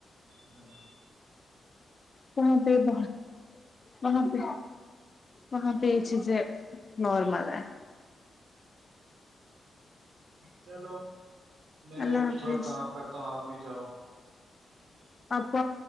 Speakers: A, on the right; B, on the left.
A: ہاں
B: ہ بھی ب وہاں پہ وہاں پہ یہ چیزیں نارمل ہے
A: چلو میں
B: اللہ حافظ
A: تھوڑا کام کرتا ہوں آپ بھی جاؤ
B: آپ پ